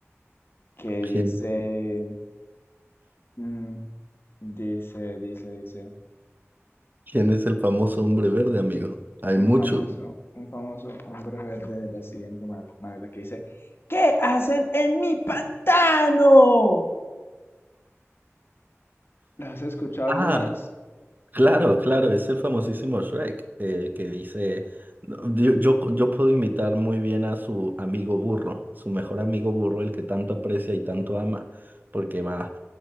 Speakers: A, on the left; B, on the right.
A: que
B: ¿Quién,
A: dice, mm, dice, dice, dice,
B: quién es el famoso hombre verde, amigo? Hay
A: un
B: muchos.
A: famoso, un famoso hombre verde de la siguiente ma- manera que dice, ¿Qué hacen en mi pantano? ¿Lo has escuchado
B: Ah,
A: alguna vez?
B: claro, claro, es el famosísimo Shrek, el que dice, no, yo, yo, yo puedo imitar muy bien a su amigo burro, su mejor amigo burro, el que tanto aprecia y tanto ama, porque va,